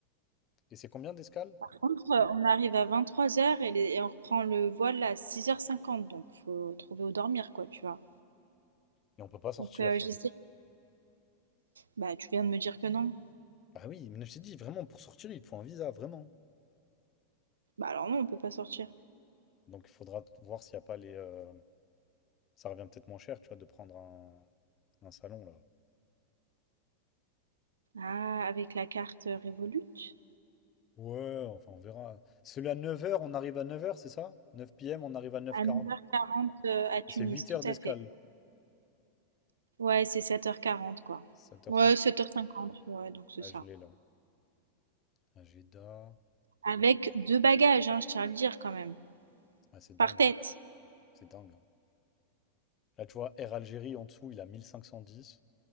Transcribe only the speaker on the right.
Par contre, euh, on arrive à 23h et, les- et on reprend le vol à six heures cinquante. donc faut trouver où dormir, quoi, tu vois.
Donc, euh, j'essaie. Bah, tu viens de me dire que non.
Bah, alors non, on peut pas sortir.
Ah, avec la carte, heu, Revolut?
À 9:40, heu, à Tunis,
tout
à fait. Ouais, c'est 7:40 quoi.
Ouais, 7:50, ouais, donc c'est
ça.
Avec deux bagages, hein, je tiens à le dire quand même,
par tête.